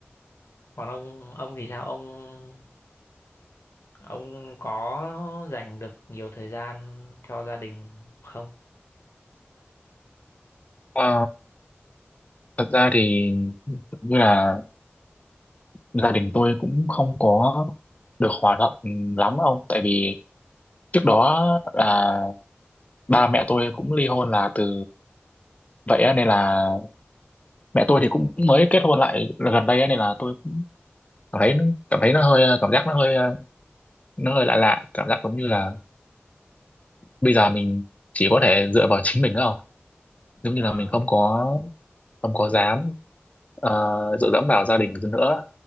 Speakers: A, on the left (about 80°); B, on the left (about 35°).
A: còn ông ông thì sao ông ông có dành được nhiều thời gian cho gia đình không
B: Ờ, thật ra thì như là gia đình tôi cũng không có được hòa thuận lắm ông tại vì trước đó là ba mẹ tôi cũng ly hôn là từ vậy á, nên là mẹ
A: Ừ.
B: tôi thì cũng mới kết hôn lại gần đây á, nên là tôi cảm thấy cảm thấy nó hơi cảm giác nó hơi nó hơi lạ lạ cảm giác giống như là bây giờ mình chỉ có thể dựa vào chính mình thôi không giống
A: À,
B: như là mình không có không có dám uh, dựa dẫm vào gia đình nữa